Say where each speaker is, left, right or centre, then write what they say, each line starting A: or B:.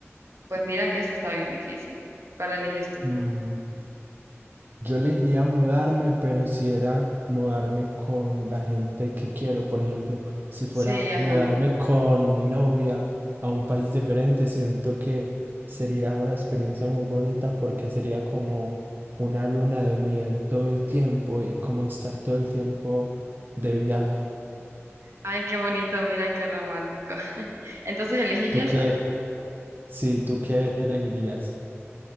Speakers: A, on the right; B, on the right.
A: Pues mira que esta está bien difícil. ¿Cuál eliges tú?
B: mm, Yo le diría mudarme, pero si era mudarme con la gente que quiero, por ejemplo, si fuera
A: Sí,
B: mudarme
A: ajá.
B: con mi novia a un país diferente, siento que sería una experiencia muy bonita porque sería como una luna de miel todo el tiempo y como estar todo el tiempo de viaje.
A: Ay, qué bonito, mira qué romántico. <laughs> Entonces eliges
B: ¿Tú qué?
A: esa.
B: Sí, ¿tú qué elegirías?